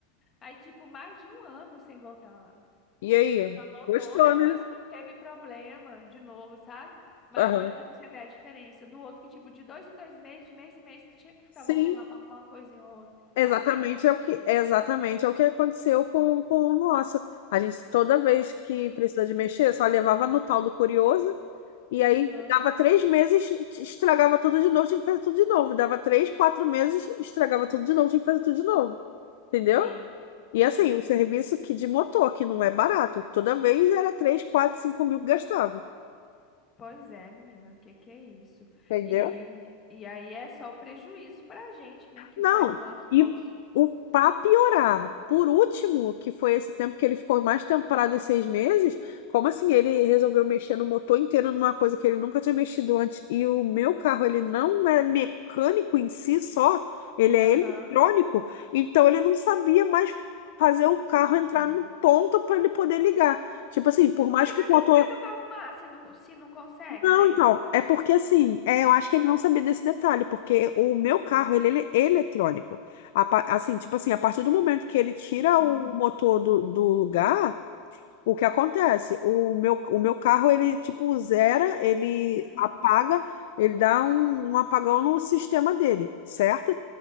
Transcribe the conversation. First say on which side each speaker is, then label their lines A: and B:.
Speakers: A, on the left; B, on the left.
A: Aí, tipo, mais de um ano sem voltar lá.
B: E aí?
A: Voltou
B: Gostou,
A: depois
B: né?
A: quando teve problema de novo, sabe? Mas
B: Aham.
A: olha pra você ver a diferença do outro que, tipo, de dois em dois meses, de mês em mês, tu tinha que ficar
B: Sim.
A: voltando lá pra arrumar uma coisinha ou outra. então
B: Exatamente
A: a raiva disso,
B: é o que,
A: menino.
B: exatamente é o que aconteceu com, com o nosso. A gente, toda vez que precisou de mexer, só levava no tal do curioso, e aí
A: Aham,
B: dava três meses, estragava tudo de novo, tinha que fazer tudo de novo. Dava três, quatro meses, estragava tudo de novo, tinha que fazer tudo de novo. Entendeu?
A: sim.
B: E
A: Uhum.
B: assim, um serviço que de motor, que não é barato. Toda vez era três, quatro, cinco mil que gastava.
A: Pois é, menina, que que é isso?
B: Entendeu?
A: E, e aí é só o prejuízo pra gente, né, que
B: Não,
A: sai do nosso
B: e
A: bolso.
B: o pra piorar, por último, que foi esse tempo que ele ficou mais temporada e seis meses, como assim ele resolveu mexer no motor inteiro numa coisa que ele nunca tinha mexido antes? E o meu carro, ele não é mecânico em si só, ele é
A: Aham,
B: eletrônico, então ele não sabia mais fazer o carro entrar
A: sim.
B: no ponto para ele poder ligar. Tipo assim, por mais
A: Aí,
B: que
A: pra
B: o
A: que
B: motor
A: que pega pra arrumar se não, se não consegue,
B: não,
A: né?
B: então, é porque assim, é, eu acho que ele não sabia desse detalhe, porque o meu carro, ele, ele é eletrônico. A pa- assim, tipo assim, a partir do momento que ele tira
A: Ah,
B: o motor do, do lugar, o que acontece? O meu, o meu carro, ele tipo zera, ele
A: Aham,
B: apaga, ele dá um, um apagão no sistema dele, certo?